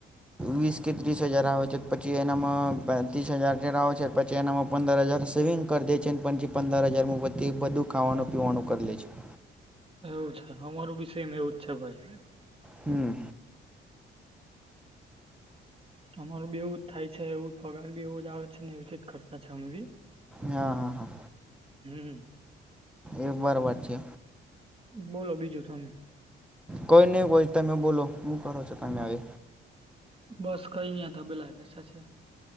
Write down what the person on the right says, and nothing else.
એવું છે અમારું બી સેમ એવું જ છે ભાઈ.
અમારું બી એવું જ થાય છે એવું પગાર બી એવો જ આવે છે ને એવી રીજ કરતા છે અમે બી.
હમ્મ.
બોલો બીજું તમે
બસ કરી ની આ તબેેલાએ બેસા છે.